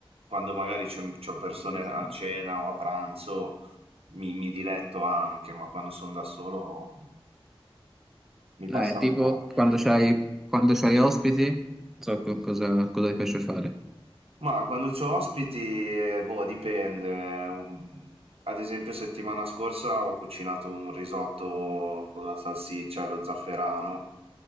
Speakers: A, on the right (about 85°); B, in the centre.
A: Quando magari c'ho c'ho persone
B: ci
A: a
B: sta.
A: cena o a pranzo mi mi diletto anche, ma quando son da solo mi
B: Eh,
A: passa la
B: tipo
A: voglia.
B: quando c'hai quando c'hai ospiti, non so co- cosa, cosa ti piace fare.
A: Ma quando c'ho ospiti, eh, boh, dipende. Um, Ad esempio, settimana scorsa ho cucinato un risotto con la salsiccia e lo zafferano,